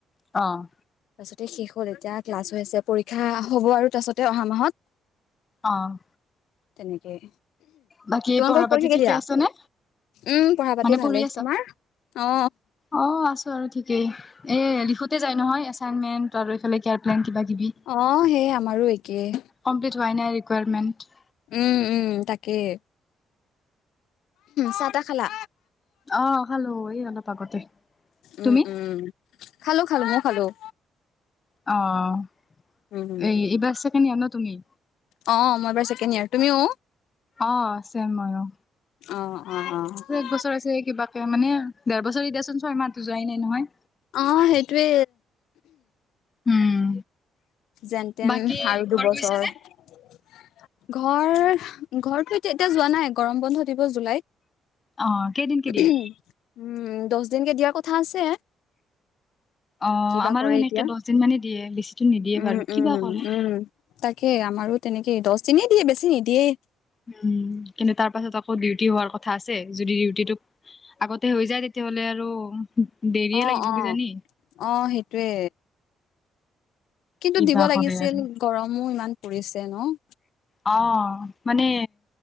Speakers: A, on the left; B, on the left.
A: অ'।
B: ভাৰ্চিটি শেষ হ'ল এতিয়া ক্লাছ হৈ আছে, পৰীক্ষা হ'ব আৰু তাছতে অহা মাহত।
A: অ'।
B: তেনেকেই,
A: বাকী
B: তোমালোকৰ
A: পঢ়া পাতি
B: পৰীক্ষা
A: ঠিকে
B: কেতিয়া?
A: আছে নে
B: উম, পঢ়া পাতি
A: মানে
B: ভালেই,
A: পঢ়ি আছা
B: তোমাৰ? অ
A: অ', আছো আৰু ঠিকেই এ লিখোতে যাই নহয় এচাইনমেন্ট আৰু এইফালে কেয়ালাইন কিবা কিবি
B: অ', সেই আমাৰো একেই।
A: কমপ্লিট হোৱাই নাই ৰিকুৱাৰমেণ্ট।
B: উম-উম তাকেই। চাহ-তাহ খালা?
A: অ', খালো এই অলপ আগতে।
B: উম,
A: তুমি
B: উম, খালোঁ‌ খালোঁ‌ মইও খালোঁ‌।
A: অ'।
B: উম,
A: এই এইবাৰ ছেকেণ্ড ইয়াৰ ন তুমি
B: অ', মই এবাৰ ছেকেণ্ড ইয়াৰ, তুমিও?
A: অ', চেম হয় অ'।
B: অ'-অ'-অ'
A: এবছৰ আছে কিবাকে মানে দেৰবছৰৰ এতিয়াচোন ছয় মাহতো যোৱাই নাই নহয়।
B: অ', সেইটোৱে।
A: উম।
B: যেন তেন
A: বাকী
B: আৰু দুবছৰ।
A: ঘৰ গৈছা নে?
B: ঘৰ, ঘৰতটো এতিয়া যোৱা নাই, গৰম বন্ধ দিব জুলাইত।
A: অ', কেইদিনকে দিয়ে?
B: উম, দহ দিনকে দিয়াৰ কথা আছে।
A: অ',
B: কিবা
A: আমাৰো
B: কৰে
A: সেনেকে
B: এতিয়া
A: দহ দিন মানে দিয়ে, বেছিকে নিদিয়ে
B: উম,
A: বাৰু
B: উম,
A: কি বা কৰে।
B: উম, তাকে আমাৰো তেনেকেই দহ দিনেই দিয়ে বেছি নিদিয়েই।
A: উম কিন্তু তাৰ পাছত আকৌ ডিউটি হোৱাৰ কথা আছে যদি ডিউটিটোক আগতে হৈ যায় তেতিয়াহলে আৰু দেৰিয়ে
B: অঁ
A: লাগিব
B: অঁ,
A: কিজানি।
B: অঁ সেইটোৱে। কিন্তু
A: কিবা
B: দিব লাগিছিল
A: কৰে আৰু
B: গৰমো ইমান পৰিছে ন।
A: অঁ মানে